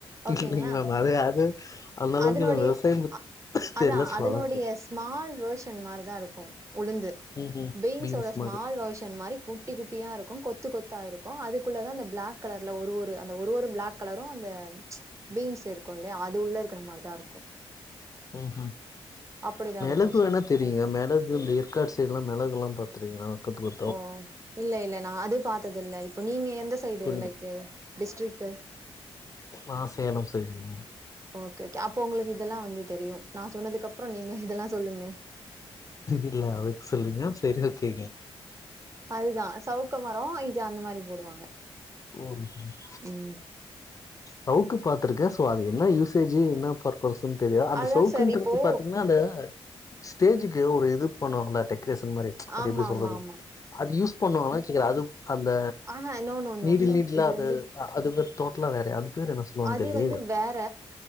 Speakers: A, on the right; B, on the left.
A: ஓகேங்களா
B: இல்லைங் மேம் அதைய அது அந்த அளவுக்கு
A: அதனுடைய
B: விவசாயம்
A: அதா
B: தெர்ல சோ
A: அதுனோடய
B: கேட்டே
A: ஸ் மால் வோர்ஷன் மாரி தா இருக்கு உளுந்து
B: ம் ம்
A: பீன்ஸோட
B: பீன்ஸ்
A: ஸ்மால்
B: மாரி
A: வோர்ஷன் மாரி குட் குட்டி குட்டியா இருக்கு கொத்து கொத்தா இருக்கு அதுக்குள்ளதா இந்த பிளாக் கலர் ல ஒரு ஒரு அந்த ஒரு ஒரு பிளாக் கலரு அந்த பீன்ஸ் இருக்குல்லைய அது உள்ள இருக்கிற மாரிதா இருக்கு
B: ம் ம்
A: அப்படிதா
B: மெளகு
A: இருக்கு சார்
B: வேணா தெரியுங்க மெளகு இந்த எற்காடு சைடு்லா மெளகுலா பாத் தெரியுங்க கொத்து கொத்
A: ஓ இல்ல இல்ல நா அது பாத்ததில்ல இப்போ நீங்க எந்த சைடு
B: கொல்லுங்க
A: லைக் டிஸ்ட்ரிக்கு
B: நா சேலம் சைடுங்க
A: ஓகே ஓகே அப்போ ஒங்ளுக்கு இதெல்லா வந்து தெரியு நா சொன்னதுக்கு அப்றொ நீங்க இதெல்லா சொல்லுங்க
B: இல்ல அதுக்கு சொல்றிங்க செரி ஓகேங்கெ
A: அதுதா சவுக்க மரோ இது அந்த மாரி போடுவாங்க
B: <unintelligible>
A: ம்
B: சவுக்கு பாத்துருக்கே சோ அது என்ன யூசேஜு என்ன பர் பசுனு தெரியா அந்த
A: அதுதா
B: சவுக்குங்றது
A: சார் இப்போ
B: பாத்திங்கனா அந்த ஸ்டேஜுக்கு ஒரு இது பண்ணுவாங்ள டெக்ரேஷன் மாரி அது
A: ஆமா
B: எப்டி சொல்றது
A: ஆமா ஆமா
B: அது யூஸ் பண்ணுவானா கேக்றே அது அந்த
A: அ அ no no no
B: needle
A: sir
B: நீடிலா
A: இது
B: அது
A: வந்து
B: அது டோட்டலா வேறயா அது பேர் என்ன சொல்லுவாங்கன்னு
A: அது
B: தெர்லயே
A: வந்து வேற